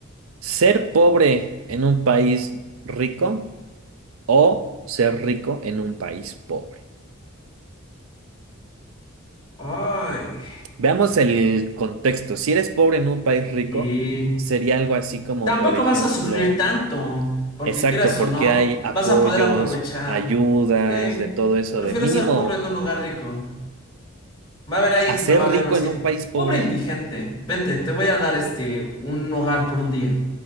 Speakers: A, on the right; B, on the left.
A: ¿Ser pobre en un país rico o ser rico en un país pobre?
B: Ay,
A: Veamos el contexto. Si eres pobre en un país rico,
B: y
A: sería algo así como,
B: tampoco
A: por ejemplo,
B: vas a sufrir tanto, porque
A: exacto,
B: quieras
A: porque
B: o no,
A: hay apoyos,
B: vas a poder aprovechar.
A: ayudas,
B: Sí,
A: de todo eso,
B: prefiero
A: de mínimo,
B: ser pobre en un lugar rico. Va a haber alguien
A: hacer
B: que me va a
A: rico
B: ver. y me va a decir,
A: en un país pobre.
B: Pobre indigente, vente, te voy a dar este un hogar por un día.